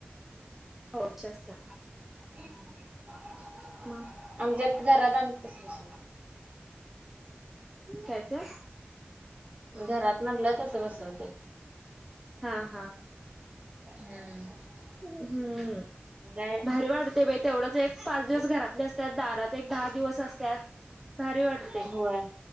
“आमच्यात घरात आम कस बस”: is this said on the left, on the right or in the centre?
Right